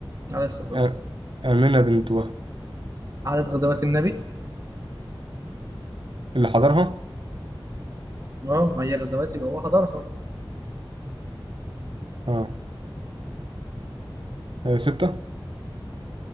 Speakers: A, on the right; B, on the right.
A: عليه الصلاة والسلام
B: آه، امنه بنت وهب
A: عدد غزوات النبي
B: اللي حضرها
A: اه ما هي غزوات يبقى هو حضرها
B: اه آه، سته